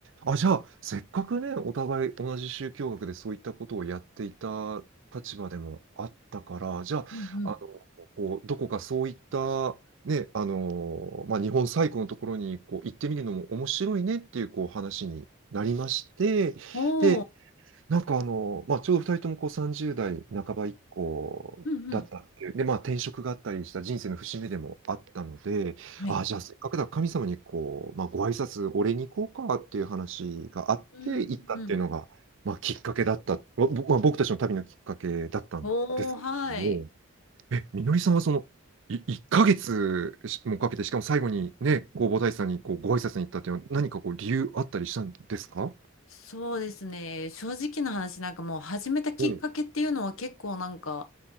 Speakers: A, on the right; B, on the left.
A: あ、じゃあ、せっかくね、お互い同じ宗教学でそういったことをやっていた立場でもあったから、じゃあ、
B: うんうん。
A: あの、こう、どこかそういった、ね、あの、まあ、日本最古のところにこう行ってみるのも面白いねっていうこう話になりまして、
B: おお。
A: で、なんかあの、まあ、ちょうど2人ともこう30代半ば以降だったっていう、
B: うんうん。
A: で、まあ、転職があったりした人生の節目でもあったので、
B: はい。
A: ああ、じゃあせっかくだ、神様にこう、まあ、ご挨拶、お礼に行こうかっていう話があって、
B: うんうん。
A: 行ったっていうのが、まあ、きっかけだった、まあ、ぼまあ僕たちの旅のきっかけだったんですけれども、
B: おお、はい。
A: え、みのりさんはその、い1ヶ月もかけて、しかも最後にね、弘法大師さんにこうご挨拶に行ったっていうのは、何かこう理由あったりしたんですか
B: そうですね。正直な話、なんかもう始めたきっかけっていうのは結構なんか、
A: うん、うん、